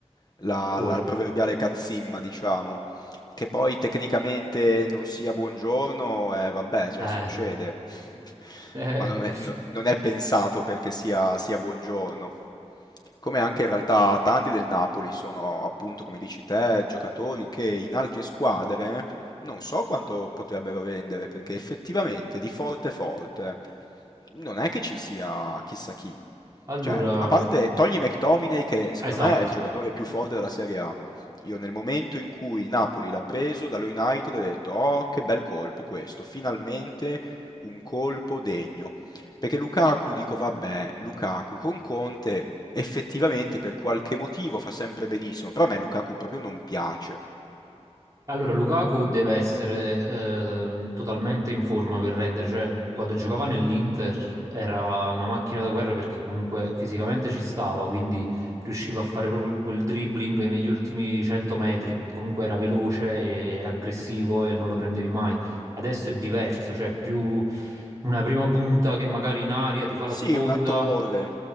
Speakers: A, on the left; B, on the right.
A: la,
B: Il cuore.
A: la proverbiale cazzimma, diciamo. Che poi tecnicamente non sia buongiorno, eh, vabbè, cioè
B: Eh,
A: succede. <laughs>
B: <laughs>
A: Ma non
B: eh.
A: è, non- non è pensato perché sia, sia buongiorno. Come anche in realtà tanti del Napoli sono, appunto, come dici te, giocatori che in altre squadre non so quanto potrebbero vendere, perché effettivamente di forte forte non è che ci sia chissà chi.
B: Allora,
A: Cioè, a parte togli McTominay, che secondo
B: esatto.
A: me è il giocatore più forte della Serie A, io nel momento in cui il Napoli l'ha preso dallo United ho detto "Oh, che bel colpo questo, finalmente un colpo degno". Perché Lukaku dico "Vabbè, Lukaku con Conte effettivamente per qualche motivo fa sempre benissimo", però a me Lukaku proprio non piace.
B: Allora, Lukaku deve essere eh, totalmente in forma per rendere, cioè quando giocava nell'Inter era una macchina da guerra perché comunque fisicamente ci stava, quindi riusciva a fare proprio quel dribbling e negli ultimi 100 metri, comunque era veloce e aggressivo e non lo prendevi mai. Adesso è diverso, cioè è più una prima punta che magari in aria ti fa
A: Sì,
B: la sponda.
A: una torre,